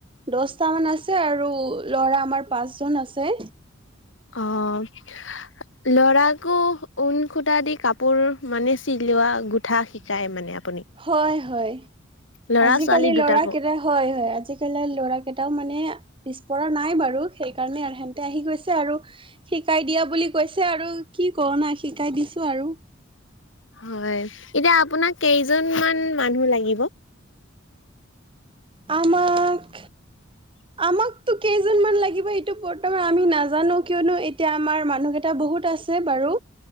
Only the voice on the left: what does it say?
অ'। ল'ৰাকো ঊন সূতা দি কাপোৰ, মানে চিলোৱা গোট গুথা শিকায় মানে আপুনি?
ল'ৰা
ছোৱালী দুটাকো
হয়, এতিয়া আপোনাক কেইজন মান মানুহ লাগিব?
<inaudible>